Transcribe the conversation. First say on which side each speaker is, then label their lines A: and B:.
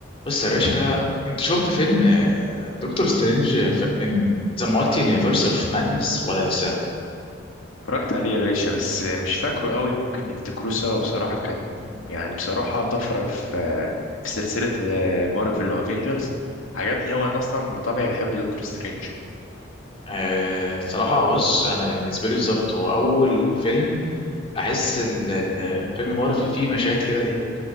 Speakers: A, on the left; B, on the left.
A: بص يا باشا انت شفت فيلم آه، دكتور سترينج في ان ذا مالتي يونيفرس اوف مادنس ولا لسه
B: اتفرجت عليه يا باشا بس مش فاكره قوي ممكن نفتكروه سوا بصراحة كان يعني بصراحة طفرة في في سلسلة مارفل وافينجرز عجبني قوي انا اصلا بطبعي بحب دكتور سترينج
A: أه صراحة بص أنا بالنسبة لي بالظبط هو أول فيلم أحس ال- ال- فيلم مارفل فيه مشاهد كده إيه